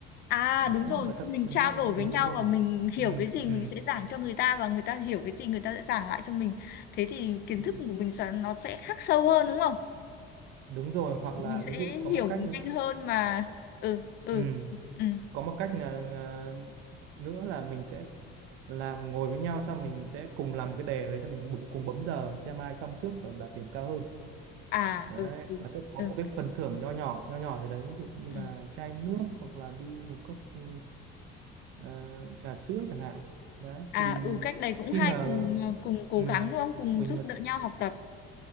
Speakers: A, on the left (about 50°); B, on the right (about 85°).
A: À
B: Đấy,
A: đúng rồi,
B: và thậm
A: mình
B: chí
A: trao đổi với
B: đúng
A: nhau
B: đúng đúng.
A: và mình hiểu
B: Ừ,
A: cái gì mình
B: ừ,
A: sẽ giảng cho người ta và người ta hiểu cái gì người ta sẽ giảng lại cho mình. Thế thì kiến
B: ừ.
A: thức của mình sẽ nó sẽ khắc sâu hơn đúng không?
B: Đúng rồi, hoặc
A: Mình
B: là
A: sẽ
B: ví dụ
A: hiểu
B: có một cách
A: nhanh hơn mà. Ừ ừ
B: ừ,
A: ừ.
B: có một cách là là nữa là mình sẽ làm ngồi với nhau xong mình sẽ cùng làm cái đề đấy xong mình cùng cùng bấm giờ xem ai xong trước và đạt điểm cao hơn.
A: À
B: đấy
A: ừ ừ
B: và sẽ có
A: ừ.
B: một cái phần thưởng nho nhỏ nho nhỏ gì đấy ví dụ như
A: ừ.
B: là chai nước hoặc là đi một cốc ừ, ờ, trà sữa chẳng hạn đấy
A: À
B: thì
A: ừ cách đấy cũng
B: khi
A: hay
B: mà
A: cùng ờ, cùng cố
B: ừ,
A: gắng đúng không? Cùng
B: mình
A: giúp
B: mà
A: đỡ nhau học tập.